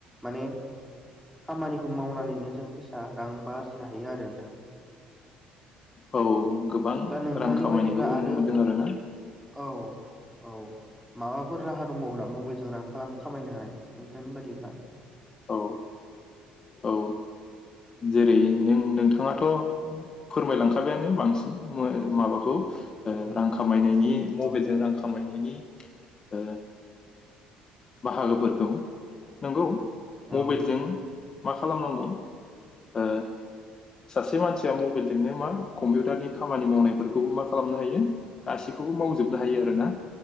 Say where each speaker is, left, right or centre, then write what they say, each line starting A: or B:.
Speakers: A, in the centre; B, on the left.
A: माने खामानिखौ मावनानैनो जों फैसा रां बा आरजिनो हायो आरो नोंथां।
B: औ गोबां
A: दा नोंथांनि
B: रां खामायनायखौबो
A: बायदिब्ला आरो
B: नुनो मोन्दों आरोना।
A: औ औ माबा फोर राहा दंबावो ना मबाइलजों रां खालाम खामायनो हानाय नोंथांनि बादिब्ला?
B: औ औ जेरै नों नोंथाङाथ' फोरमायलांखाबायानो बांसिन <unintelligible> माबाखौ
A: औ
B: रां खामायनायनि मबाइलजों
A: औ
B: रां खामायनायनि ओ बाहागोफोरखौ नंगौ।
A: नोंथां
B: मबाइलजों मा खालामनांगौ ओ सासे मानसिया मबाइलजोंनो मा कम्पिउटारनि खामानि मावनायफोरखौबो मा खालामनो हायो गासैखौबो मावजोबनो हायो आरोना।